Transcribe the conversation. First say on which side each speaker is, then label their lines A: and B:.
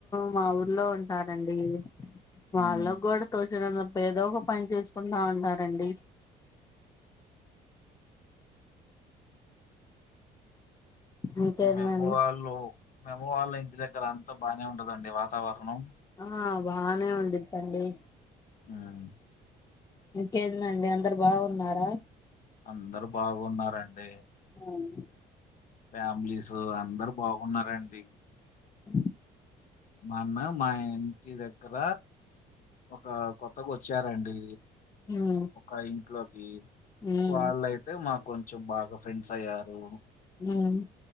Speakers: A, on the left (about 20°); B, on the left (about 50°).
A: మా ఊర్లో ఉంటారండి వాళ్లగూడ
B: హ్మ్.
A: తో ఏదో ఒక పని చేసుకుంటా ఉంటారండి ఇంకేందండి
B: మీ అమ్మ వాళ్ళు మీ అమ్మ వాళ్ళ ఇంటి దగ్గర అంతా బాగానే ఉంటదండి వాతావరణం
A: ఆ బానే ఉండిద్దండి
B: ఉమ్
A: ఇంకేందండి అందరు బాగున్నారా
B: అందరు బాగున్నారండి
A: అవున
B: ఫ్యామిలీసు అందరు బాగున్నారండి
A: అ
B: మన్నమే మా ఇంటి దగ్గర ఒక కొత్తగొచ్చారండి
A: మ్మ్
B: ఒక ఇంట్లోకి
A: మ్మ్
B: వాళ్ళయితే మాకు కొంచెం బాగా ఫ్రెండ్స్ అయ్యారు
A: ఉమ్